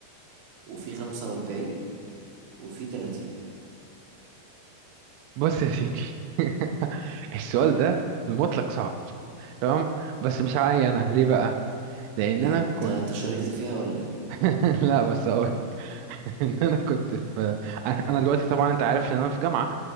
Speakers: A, on the right; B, on the right.
A: وفي خمسة وأربعين وفي تلاتين
B: بص يا سيدي <laughs> السؤال ده في المطلق صعب تمام بس مش عاي انا ليه بقى لان
A: ليه؟
B: انا كنت
A: انت انت شاركت فيها ولا ايه؟
B: <laughs> لا بس اقول <laughs> ان انا كنت في انا أنا دلوقتي طبعا انت عارف ان انا في جامعه